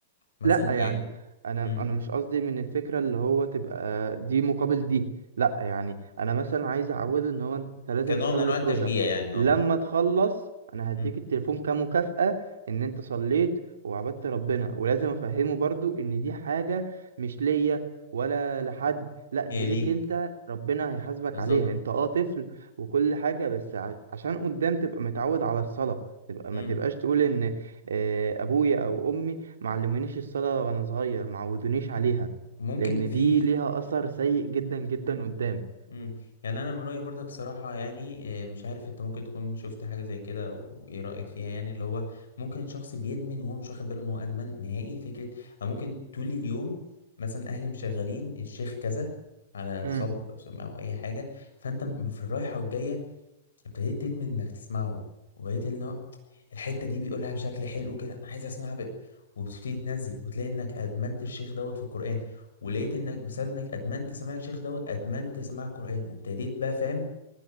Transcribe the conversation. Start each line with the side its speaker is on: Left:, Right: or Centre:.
Left: مثلا
Right: لا يعني
Left: يعني
Right: انا
Left: مم.
Right: انا مش قصدي من الفكره اللي هو تبقى دي مقابل دي لا يعني انا مثلا عايز اعوده ان هو انت لازم
Left: كنوع
Right: تصلي
Left: من انواع
Right: فروضك
Left: التشجيع يعني
Right: لما
Left: اه
Right: تخلص انا
Left: مم.
Right: هديك التليفون كمكافأة ان انت صليت وعبدت ربنا ولازم افهمه برضو ان دي حاجه مش ليا ولا لحد لا
Left: هي
Right: دي
Left: ليك
Right: ليك انت ربنا هيحاسبك
Left: بالظبط
Right: عليها انت اه طفل وكل حاجه بس ع- عشان قدام تبقى متعود على الصلاه تبقى
Left: مم.
Right: ما تبقاش تقول ان آه، ابويا او امي معلمينيش الصلاة وانا صغير معودونيش عليها
Left: ممكن
Right: لان
Left: في
Right: دي ليها اثر سيء جدا جدا قدام
Left: مم. يعني انا من رأيي برضك صراحة يعني آه، مش عارف انت ممكن تكون شفت حاجة زي كده وايه رأيك فيها يعني اللي هو ممكن الشخص بيدمن وهو مش واخد باله ان هو ادمن نهائي فكرة او ممكن طول اليوم مثلا اهلي مشغلين الشيخ كذا على
Right: امم
Left: صب او سماعه او اي حاجة فانت م- في الرايحة والجاية ابتديت تدمن انك تسمعه وبقيت ان هو الحته دي بيقولها بشكل حلو كده انا عايز اسمعها ب... وبتبتدي تنزل وتلاقي انك ادمنت الشيخ دوت في القران ولقيت انك بسبب انك ادمنت سماع الشيخ دوت ادمنت سماع القران وابتديت بقى فاهم